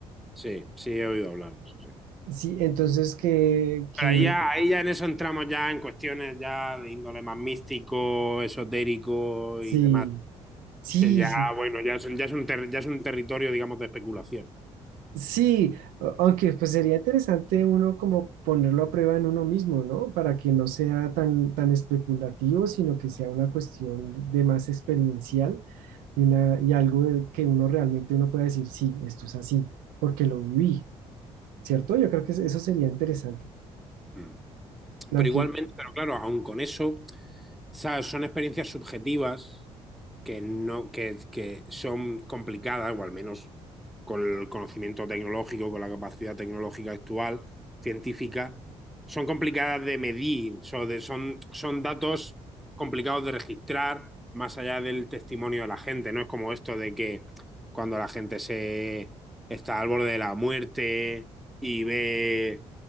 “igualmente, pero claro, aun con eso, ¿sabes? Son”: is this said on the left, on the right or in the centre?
Centre